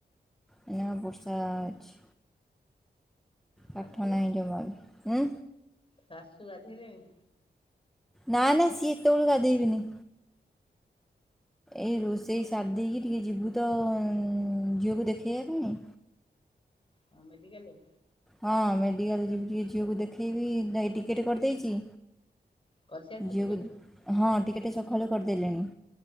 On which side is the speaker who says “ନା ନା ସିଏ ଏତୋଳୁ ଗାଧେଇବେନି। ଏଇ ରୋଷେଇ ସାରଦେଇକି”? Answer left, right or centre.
Centre